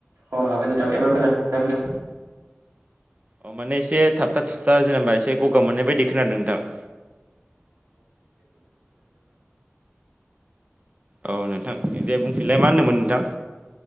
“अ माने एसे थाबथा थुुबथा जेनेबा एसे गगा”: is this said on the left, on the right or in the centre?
Right